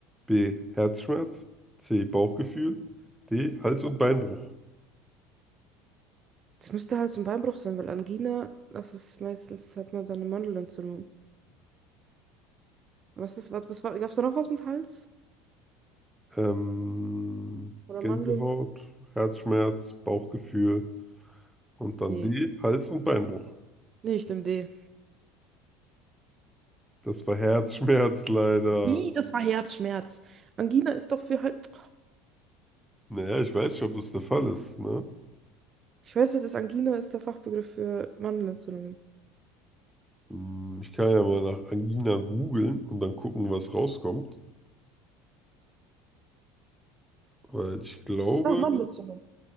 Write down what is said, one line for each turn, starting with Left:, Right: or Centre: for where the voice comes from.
Centre: B. Herzschmerz, C. Bauchgefühl, D. Hals- und Beinbruch.
Right: Das müsste halt so ein Beinbruch sein, weil Angina, das ist meistens, hat man dann eine Mandelentzündung. Was ist, was, was war, gab's da noch was mit Hals?
Centre: Ähm,
Right: Oder
Centre: Gänsehaut,
Right: Mandeln?
Centre: Herzschmerz, Bauchgefühl und dann
Right: Nee.
Centre: D. Hals- und Beinbruch.
Right: Nee, ich nehme D.
Centre: Das war Herzschmerz <laughs> leider.
Right: Wie? Das war Herzschmerz. Angina ist doch für halt.
Centre: Naja, ich weiß nicht, ob das der Fall ist, ne?
Right: Ich weiß ja, dass Angina ist der Fachbegriff für Mandelentzündung.
Centre: Hm, Ich kann ja mal nach Angina googeln und dann gucken, was rauskommt. Weil ich glaube,
Right: Ah, Mandelentzündung.